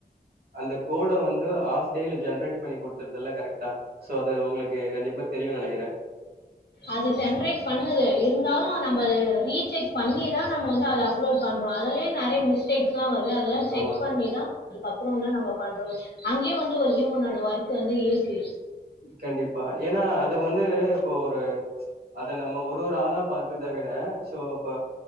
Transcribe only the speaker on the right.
அந்த கோட வந்து ஃஆப் டெய்லி ஜென்ரேட் பண்ணி குடுத்துறதல்ல கரெக்டா ஸோ அது உங்களுக்கு கண்டிப்பா தெரியும் நனைக்கிறே
ஆமா
கண்டிப்பா ஏன்னா அது வந்து இப்போ ஒரு அத நம்ம ஒரு ஒரு ஆளா பாக்குறத விட சோ இப்ப